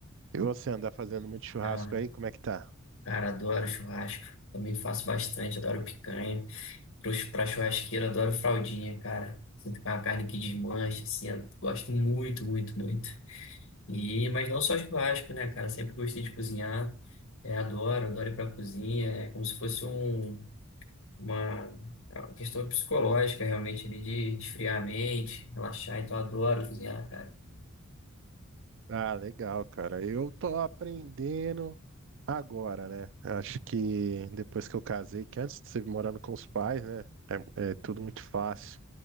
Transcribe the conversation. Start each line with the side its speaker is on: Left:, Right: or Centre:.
Right: E você anda fazendo muito churrasco
Left: Ah,
Right: aí, como é que tá?
Left: cara, adoro churrasco. Também faço bastante, adoro picanha. Pros- Pra churrasqueira, adoro fraldinha, cara. Sinto com a carne que desmancha, assim. eu Gosto muito, muito, muito. E, mas não só churrasco, né, cara? Sempre gostei de cozinhar. É, adoro, adoro ir pra cozinha. É como se fosse um, uma, é uma questão psicológica, realmente, ali, de esfriar a mente, relaxar. Então, adoro cozinhar, cara.
Right: Ah, legal, cara. Eu tô aprendendo agora, né? Acho que depois que eu casei, que antes de você morando com os pais, né? É, é tudo muito fácil.